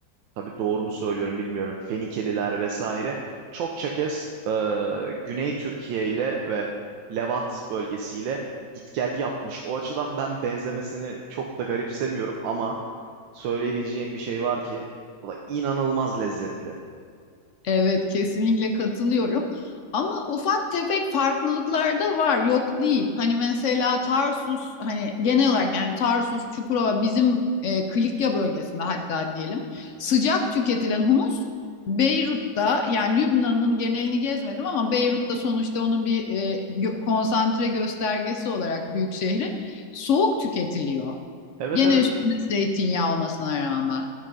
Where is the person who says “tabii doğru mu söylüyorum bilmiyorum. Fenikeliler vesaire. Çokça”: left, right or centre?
Right